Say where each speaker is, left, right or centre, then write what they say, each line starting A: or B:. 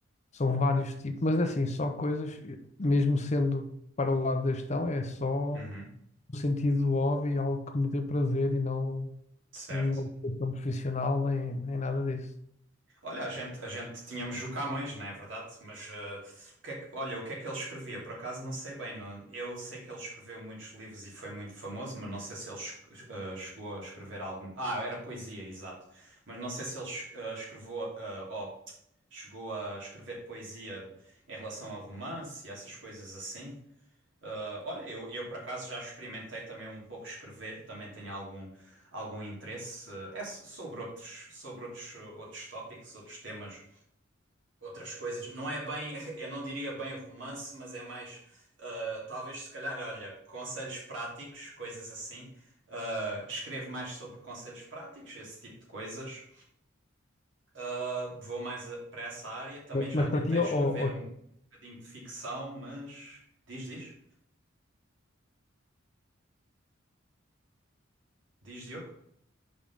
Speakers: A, on the left (about 35°); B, on the right (about 65°).
A: são vários tipos, mas assim, só coisas, mesmo sendo para o lado da gestão, é só
B: Uhum,
A: o sentido do hobby, algo que me dê prazer e não
B: certo.
A: nenhuma ocupação profissional, nem, nem nada disso.
B: Olha, a gente, a gente tínhamos o Camões, não é verdade? Mas eh, o que é que- olha, o que é que ele escrevia? Por acaso não sei bem. não- eu sei que ele escreveu muitos livros e foi muito famoso, mas não sei se ele es- eh, chegou a escrever algo. Ah, era poesia, exato. Mas não sei se ele es- eh, escreveu, eh, ou chegou a escrever poesia em relação a romance e essas coisas assim. Uh, olha, eu, eu por acaso já experimentei também um pouco escrever, também tenho algum, algum interesse. uh, é so- sobre outros, sobre outros, uh, outros tópicos, outros temas, outras coisas. Não é bem, <laughs> eu não diria bem romance, mas é mais, uh, talvez se calhar, olha, conselhos práticos, coisas assim. Uh, escrevo mais sobre conselhos práticos, esse tipo de coisas. Uh, vou mais a- para essa área. Também já
A: Mas
B: tentei
A: para ti, eu
B: escrever
A: estava-te
B: um bocadinho de ficção, mas. Diz, diz? Diz, Diogo?